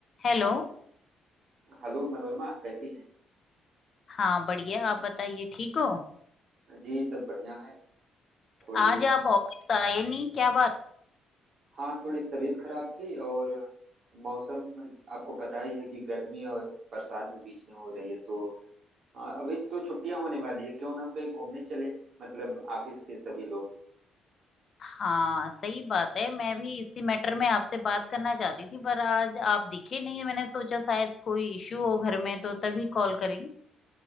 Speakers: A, on the left (about 35°); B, on the right (about 40°).
A: Hello
B: Hello Manorama कैसी हैं
A: हाँ बढ़िया आप बताइए ठीक हो
B: जी सब बढ़िया है थोड़ी
A: आज आप ऑफिस आए नहीं क्या बात
B: हाँ थोड़ी तबीयत खराब थी और मौसम आपको पता ही है कि गर्मी और बरसात भी बीच में हो रही है तो आ, अभी तो छुट्टियां होने वाली है क्यों ना हम कहीं घूमने चलें मतलब ऑफिस के सभी लोग
A: हाँ सही बात है मैं भी इसी मैटर में आपसे बात करना चाहती थी पर आज आप दिखे नहीं मैंने सोचा शायद कोई इशू हो घर में तो तभी कॉल करी